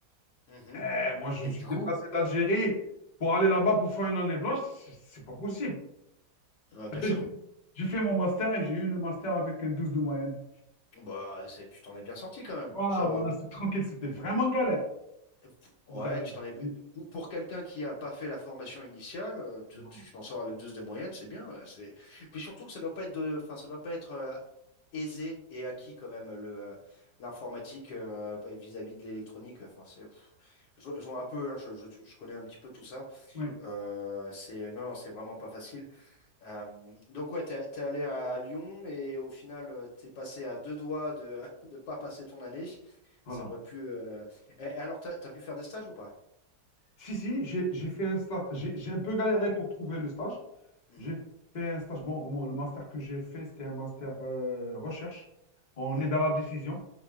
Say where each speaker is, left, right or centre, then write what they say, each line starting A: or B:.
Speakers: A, on the left (about 75°); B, on the left (about 50°).
A: mhm.
B: Eh, moi, je
A: Et
B: me suis
A: du coup,
B: déplacé d'Algérie pour aller là-bas pour faire une année blanche, c'est c'est pas possible.
A: Ah, bien
B: Eh ben,
A: sûr,
B: j'ai j'ai fait mon master et j'ai eu le master avec un 12 de moyenne.
A: bah c'est, tu t'en es bien sorti quand même.
B: Voilà,
A: Ça, euh,
B: voilà,
A: p-
B: c'est tranquille, c'était vraiment galère.
A: p- ouais,
B: J'a-
A: tu
B: j'-
A: t'en es bu- pour, pour quelqu'un qui a pas fait la formation initiale, euh, tu
B: voilà.
A: tu t'en sors avec 12 de moyenne, c'est bien. euh, C'est puis surtout que ça doit pas être de, enfin ça doit pas être euh, aisé et acquis quand même le euh, l'informatique euh, vis-à-vis de l'électronique. Enfin c'est, pff, je, je vois un peu, hein, je, je je connais un petit peu tout ça.
B: Oui,
A: Euh, c'est non, non, c'est vraiment pas facile. Euh, donc ouais, t'es, t'es allé à Lyon et au final, euh, t'es passé à deux doigts de <laughs> de pas passer ton année.
B: voilà.
A: Ça aurait pu. euh, et- et alors, t'as, t'as pu faire des stages ou pas?
B: Si, si, j'ai j'ai fait un stage. J'ai j'ai un peu galéré pour trouver le stage.
A: Mhm,
B: J'ai fait un stage. Bon, mon- le master que j'ai fait, c'était un master euh, recherche. On
A: mhm,
B: est dans la décision.